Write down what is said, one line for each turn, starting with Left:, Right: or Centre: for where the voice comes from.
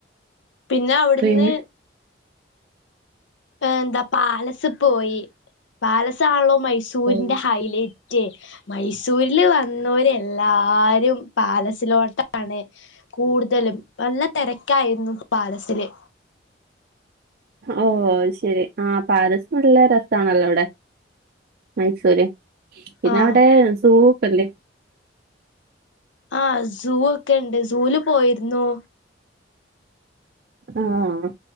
Left: പിന്നെ അവിടുന്ന്
Right: പിന്നെ
Left: ആഹാ എന്താ പാലസ് പോയി പാലസാണല്ലോ മൈസൂരിന്റെ
Right: ഓ
Left: ഹൈലെ റ്റ് മൈസൂരില് വന്നോരെ എല്ലാരും പാലസിലോട്ടാണ് കൂടുതലും നല്ല തെരക്കായിരുന്നു പാലസില്
Right: ഓഹ് അയ് ശരി ആഹ് പാലസ് നല്ല രെസാണല്ലോ അവടെ മൈസൂര് പിന്നവടെ
Left: ആഹ്
Right: സൂ ഒക്കല്ലെ?
Left: ആഹ് സൂ ഒക്കെണ്ട് സൂവില് പോയിരുന്നു
Right: ആഹ്